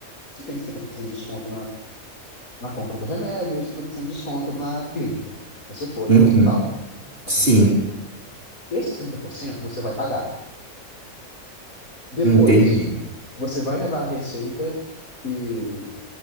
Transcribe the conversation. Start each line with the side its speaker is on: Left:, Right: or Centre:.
Left: você tem 70% de desconto na compra do remédio, e setenta por cento de desconto na clínica. Você foi
Right: Uhum.
Left: ou no hospital, no
Right: Sim,
Left: atendimento. Esses 30% você vai pagar. Depois,
Right: entendi.
Left: você vai levar a receita e